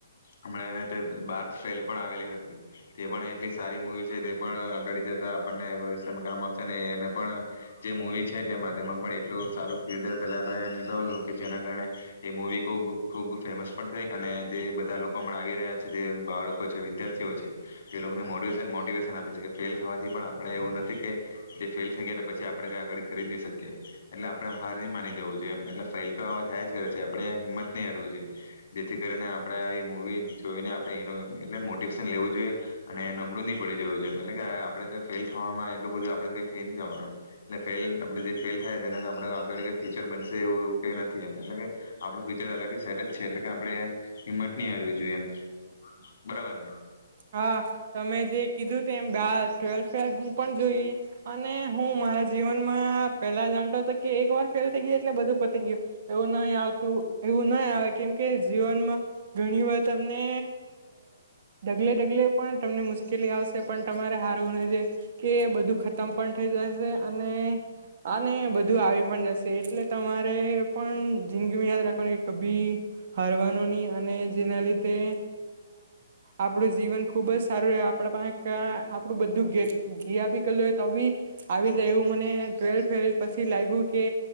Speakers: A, on the left; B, on the right.
A: હમણાં તે બારસ ફેલ પણ આવેલી હતી તે પણ એટલી સારી મુવી છે તે પણ આગળ જતા આપણને ભવિષ્યમાં કામ આવશે ને એને પણ જે મુવી છે. તેમાં તેમાં પણ એટલું સારું કિરદાર પેલા. નિભાવલું કે જેના કારણે એ મુવી ખૂબ ખૂબ ફેમસ પણ થઈ અને જે બધા લોકો આવી રહ્યા છે જે બાળકો છે વિદ્યાર્થીઓ છે તે લોકોને મો મોટિવેશન આપે છે કે ફેલ થવાથી પણ આપડે એવું નથી કે જે ફેલ થઈ ગ પછી આપડણે ક આગળ કરી જ નહી શકીએ એટલે આપણે હાર નહી માની જવું જેમ એલેફ ફેલ તો હવે થયા જ કરે છે એમ. આપણે હિંમત નહી હરવું જોઈએ જેથી કરીને આપણે આવી મૂવી જોઈને આપણે એટલે મોટિવેશન લેવું જોઈએ અને નબળું નહી પડી જવું જોઈએ એટલે કે આપણેે ફેલ થવામાં એટલું બધું આપડે કંઈ થઈ નથી થવાનું એટલે ફેલ આપણેે જે ફેલ થાય તે આપણે આગળ ફ્યુચર બન એવું એવું કઈ નથી એમ એટલે કે આપડુ ફ્યુચરથી સેટ જ છે એટલે કે આપણે હિંમત નહી હારવી જોઈએ એમ બરાબર ને
B: હા તમે જે કીધું તે એમ ટ્વેલ્થ ફેલ હું પણ જોઈ અને હું મારા જીવનમાં પેલા જાણતો હતો કે એક વાર ફેલ થઈ ગયા એટલે બધું પતી ગયું એવું નહી આવતું એવું નહી આવે કેમકે જીવનમાં ઘણી વાર તમને અ ઢગલે ડગલે પણ તમને મુશ્કેલી આવશે પણ તમારે હારવું ન કે બધું ખતમ પણ થઈ જશે અને અને બધું આવી પણ જશે. એટલે તમારે પણ જિદગી યાદ રાખવાનું કે કભી હારવાનું નહી અને જેના લીધે અ આપણું જીવન ખુબ જ સારું રહે આપણા પાસે આપણું બધું ગયા બી કરલું હોય તો બી આવી જાયું મને ટ્વેલથ ફેલ પછી લાગ્યું કે